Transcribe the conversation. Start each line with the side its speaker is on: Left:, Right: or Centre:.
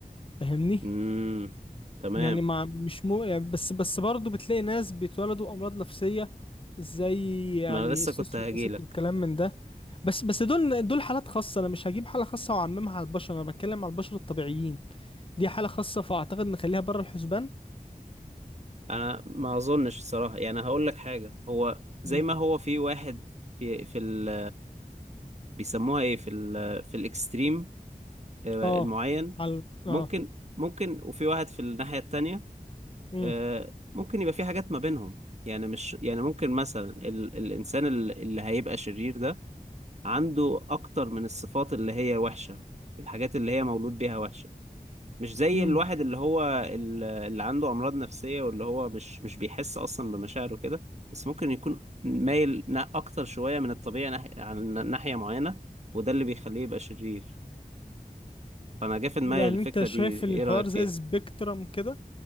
Left: فاهمني
Right: امم تمام
Left: يعني مع مش مو يعني بس بس برضه بتلاقي ناس بيتولدوا أمراض نفسية زي يعني
Right: ما انا لسه
Left: السوسيوباسيك
Right: كنت هجيلك
Left: والكلام من ده بس بس دول دول حالات خاصة أنا مش هجيب حالة خاصة وأعممها على البشر أنا بتكلم على البشر الطبيعيين دي حالة خاصة فأعتقد نخليها بره الحسبان
Right: انا ما اظنش الصراحه يعني هقول لك حاجه هو زي
Left: مم.
Right: ما هو في واحد في في ال بيسموها ايه في ال في الاكستريم آه،
Left: اه
Right: المعين
Left: على
Right: ممكن
Left: اه
Right: ممكن وفي واحد في الناحيه التانية
Left: مم.
Right: آه، ممكن يبقى في حاجات ما بينهم يعني مش يعني ممكن مثلا ال الانسان ال- اللي هيبقى شرير ده عنده اكتر من الصفات اللي هي وحشه الحاجات اللي هي مولود بيها وحشه مش زي
Left: مم.
Right: الواحد اللي هو ال- اللي عنده أمراض نفسية واللي هو مش مش بيحس أصلا بمشاعره كده بس ممكن يكون مايل نا- أكتر شوية من الطبيعي ناحية عن ناحية معينة وده اللي بيخليه يبقى شرير فأنا جه في دماغي
Left: يعني
Right: الفكرة
Left: انت شايف
Right: دي
Left: الحوار
Right: إيه رأيك فيها؟
Left: زي سبيكترم كده